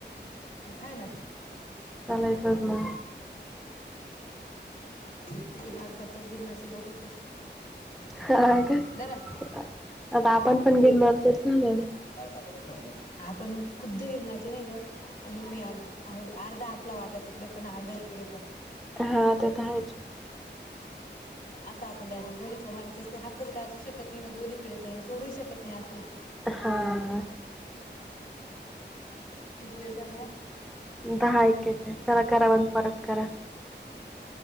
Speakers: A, on the left; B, in the centre.
A: ह ना
B: लाचच ना
A: गिरनारकडचा गिरनारचे लोकच तशी
B: हा का
A: धरा.
B: आता आपण पण घेन मतोच ना लो
A: का फोन आपण खुद्द गिरणारचे नाही का आणि म अर् अर्ध अर्धा आपला वाटा तिकडे पण अर्धा इकडे पण
B: हा ते तर आहेयच
A: असा आपण डायरेक्ट दोन्कडे मानायच अस नाही हकच गाजू शकत नाही दोनहीकडे पण सोडू शकत नाही आहे
B: हा
A: किती वेळ चालू आहे
B: दहा एककेच आहेत चला करा म्हण परत करा